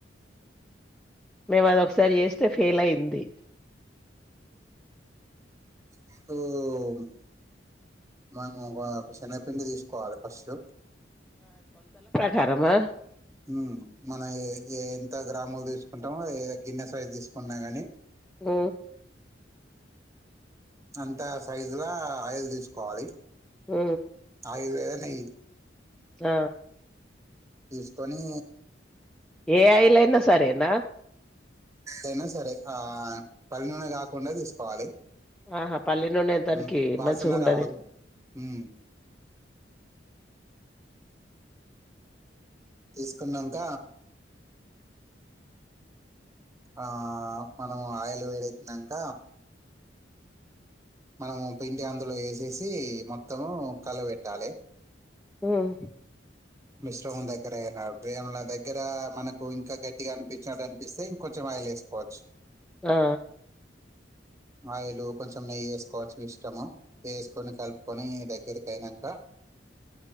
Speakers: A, in the centre; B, on the right (about 15°).
A: మేం అదో సరి చేస్తే ఫెయిల్ అయింది
B: ప్పుడు మనము ఒక శనగపిండి తీసుకోవాలి ఫస్ట్
A: కరమా
B: మ్ మనం ఎంత గ్రాములు తీసుకుంటామో గిన్నె సైజ్ తీసుకుంటున్నా ని
A: మ్
B: అంత సైజులా ఆయిల్ తీసుకోవాలి
A: మ్
B: ఆయిల్ లేద నెయ్యి
A: మ్
B: తీసుకొని
A: ఏ అయిలైనా సరే నా
B: అయినా సరే ఆ పల్ నూనె కాకుండా తీసుకోవాలి
A: ఆహా పల్లె నుూన తననికి
B: హ్మ్. వాసన
A: మంచిగా ఉండదే
B: రావద్దు. హ్మ్. తీసుకున్నాక ఆ మనం ఆయిలు వేడెక్కినాక మనము పింటి అందులో వేసేసి మొత్తము కళ్ళ పెెట్టాలి
A: మ్
B: మిశ్రముం దగ్గర అయిన ప్రేమల దగ్గర మనకు ఇంకా గట్టిగా అనిపించినట్టు అనిపిస్తే ఇంకొంచెం ఆయిలే వేసుకోవచ్చు
A: ఆ
B: ఆయిలు కొంచెం నెయ్యి వేసుకోవచ్చు ఇష్టము వేసుకొని కలుపుకొని దగ్గరిక అయినాక